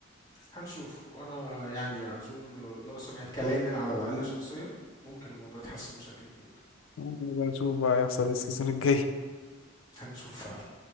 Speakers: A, on the left; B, on the left.
A: هنشوف وانا يعني اظن ان لو الاداره سمعت كلامي انا على الاقل شخصيا ممكن الموضوع يتحسن بشكل كبير
B: نبقى نشوف بقى هيحصل إيه السيزون الجاي
A: هنشوف فعلا